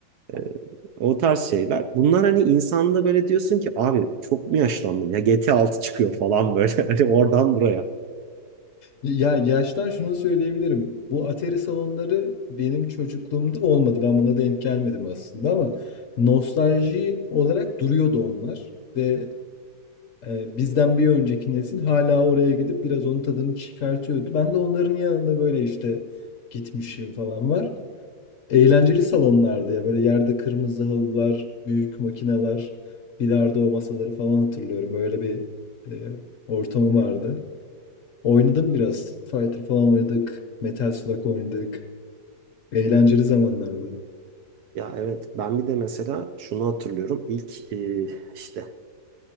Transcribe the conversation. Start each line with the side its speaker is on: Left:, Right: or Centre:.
Right: Ee, o tarz şeyler. Bunlar hani insanda böyle diyorsun ki abi çok mu yaşlandım ya GT 6 çıkıyor falan böyle <laughs> hani oradan buraya.
Left: Ya yaştan şunu söyleyebilirim. Bu Atari salonları benim çocukluğumda olmadı. Ben buna denk gelmedim aslında ama nostalji olarak duruyordu onlar ve Eee, bizden bir önceki nesil hala oraya gidip biraz onun tadını çıkartıyordu. Ben de onların yanında böyle, işte, gitmişim falan var. Eğlenceli salonlardı ya. Böyle yerde kırmızı halılar, büyük makineler, bilardo masaları falan hatırlıyorum. Öyle bir, eee, ortamı vardı. Oynadım biraz. Fighter falan oynadık. Metal Slug oynadık. Eğlenceli zamanlardı.
Right: Ya evet ben bir de mesela şunu hatırlıyorum. İlk e, işte